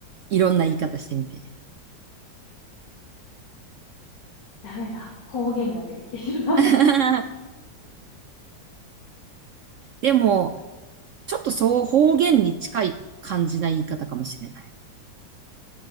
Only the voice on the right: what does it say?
いろんな言い方してみて。
<laughs> でも、ちょっとそう方言に近い感じな言い方かもしれない。